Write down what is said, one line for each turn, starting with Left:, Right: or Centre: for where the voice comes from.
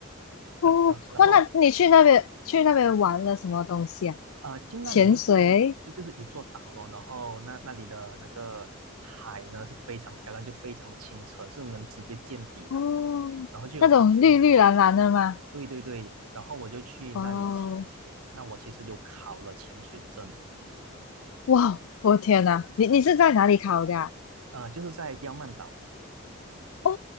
Left: 哦，
Right: 然然后。
Left: 哇，那你去那边去那边玩了什么东西啊？
Right: 呃，进那里就是就就是一座岛咯，
Left: 潜水？
Right: 然后那那里的那个海呢是非常漂亮，就非常的清澈，是能直接见底的。
Left: 哦，
Right: 然后就有很多鱼，
Left: 那种绿绿蓝蓝的吗？
Right: 对对对，然后我就去那里潜水。
Left: 哦，
Right: 那我其实有考了潜水证，
Left: 哇，我天呐，你你是在哪里考的啊？
Right: 呃，就是在刁曼岛
Left: 哦，